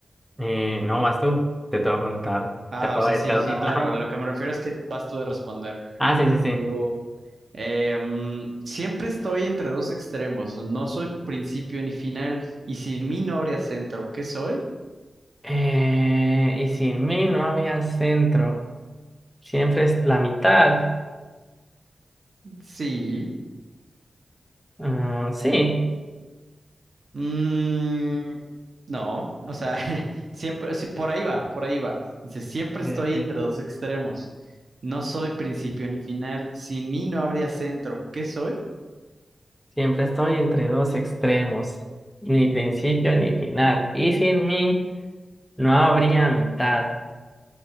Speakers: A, in the centre; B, on the right.
A: Eh, no, vas tú. Te te voy a preguntar.
B: Ah,
A: Te acabo
B: o sea,
A: de...
B: sí,
A: te- Ajá.
B: sí, claro. Lo que me refiero es que vas tú de responder.
A: Ah, sí, sí, sí.
B: Digo, eh, mm, siempre estoy entre dos extremos. No soy principio ni final. Y sin mí no habría centro. ¿Qué soy?
A: Eh, y sin mí no había centro. Siempre es la mitad.
B: Sí.
A: Ah, sí,
B: Mm, no, o sea, <laughs> siempre, sí, por ahí va, por ahí va. Dice, siempre
A: Ok,
B: estoy
A: ok.
B: entre dos extremos. No soy principio ni final. Sin mí no habría centro. ¿Qué soy?
A: siempre estoy entre dos extremos. Ni principio ni final. Y sin mí no habría mitad.